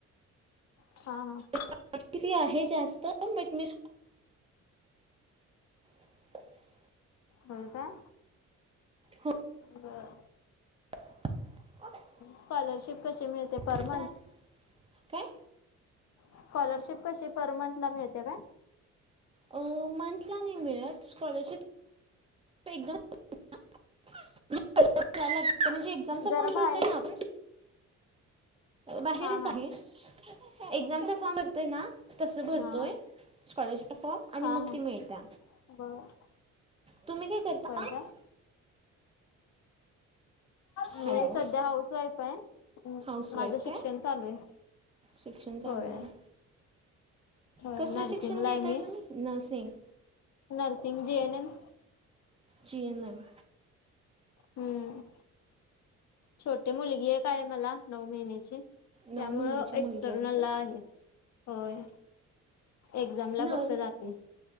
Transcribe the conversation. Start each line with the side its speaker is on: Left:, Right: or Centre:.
Left: हा, हा.
Right: <unintelligible> आहे जास्त, बट म <inaudible>
Left: होय काय?
Right: हो
Left: बर.
Right: <unintelligible> <inaudible>
Left: स्कॉलरशिप कशी मिळते? पर
Right: <unintelligible>
Left: मंथ
Right: काय?
Left: स्कॉलरशिप कशी पर मंथ ला मिळते काय?
Right: अ, मंथला नाही मिळत, स्कॉलरशिप <unintelligible> म्हणजे एक्झामचा
Left: जरा
Right: फॉर्म भरतोय
Left: बाहेर
Right: ना आपण बाहेरच
Left: हा हा
Right: आहे, एक्झामचा फॉर्म भरतोय ना तसं भरतोय
Left: हा
Right: स्कॉलरशिपचा फॉर्म, आणि
Left: हा
Right: मग
Left: हा
Right: ती मिळत्या.
Left: बर.
Right: तुम्ही काय करता?
Left: होय काय? मी
Right: हॅलो
Left: सध्या हाऊस वाईफ आहे,
Right: हाऊसवाईफ
Left: माझं शिक्षण
Right: काय
Left: चालू आहे.
Right: शिक्षण
Left: होय
Right: चालू हाय
Left: होय
Right: कसल
Left: नर्सिंगला
Right: शिक्षण घेताय
Left: आहे मी
Right: तुम्ही? Nursing.
Left: Nursing, J. N. M.
Right: G. N. M.
Left: हम! छोटी मुलगी एक आहे मला, नऊ महिन्याची.
Right: नऊ
Left: त्यामुळं
Right: महिन्याची मुलगी
Left: एक्सटर्नलला
Right: काय
Left: आहे. होय, एक्झामला
Right: न
Left: फक्त जातोय.